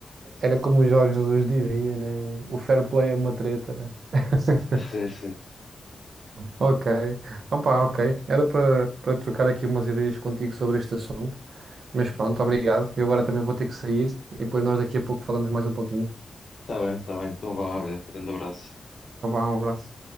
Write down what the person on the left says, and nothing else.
Sim, sim.
Está bem, está bem. Então vá, olha, grande abraço.